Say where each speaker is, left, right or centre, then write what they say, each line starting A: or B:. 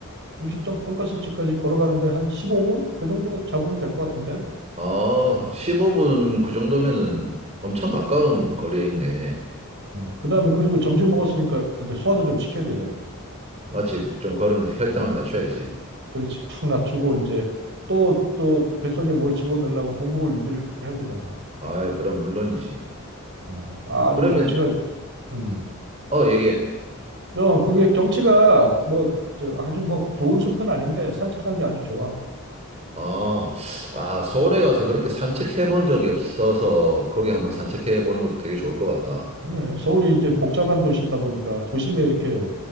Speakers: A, on the right; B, on the right.
A: 음식점 돈가스집까지 걸어가는데 한 15분 그 정도 잡으면 될 것 같은데.
B: 아, 15분 그 정도면은 엄청 가까운 거리에 있네.
A: 어, 그다음에 그리고 점심 먹었으니까 이제 소화도 좀 시켜야 되잖아.
B: 마치 좀 걸으면서 혈당을
A: 어,
B: 낮춰야지.
A: 그렇지. 팍 낮추고 이제 또 또 뱃속에 뭘 집어넣으려면 공복을 유지를 해야 되잖아.
B: 아이, 그럼 물론이지.
A: 어, 아주
B: 그러면,
A: 경치가 음,
B: 어, 얘기해.
A: 어, 그게 경치가 뭐, 저, 아주 뭐 좋은 숲은 아닌데 산책하기 아주 좋아.
B: 아, 아, 서울에 가서 그렇게 산책해 본 적이 없어서 거기 한번 산책해 보는 것도 되게 좋을 것 같다.
A: 예, 서울이 이제 복잡한 도시다 보니까 도심에 이렇게